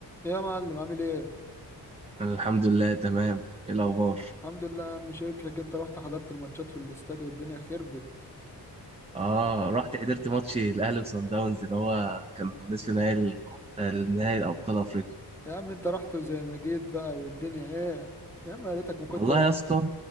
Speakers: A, in the centre; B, on the right.
A: إيه يا معلم عامل ايه
B: أنا الحمد لله تمام ايه الاخبار
A: الحمد لله يا عم شكلك انت رحت حضرت الماتشات في الاستاد والدنيا خربت
B: اه رحت حضرت ماتش الاهلي وصن داونز اللي هو كان نصف نهائي الكونف- النهائي الابطال افريقيا
A: يا عم انت رحت وزي ما جيت بقى والدنيا ايه يا عم يا ريتك ما كنت
B: والله يا اسطى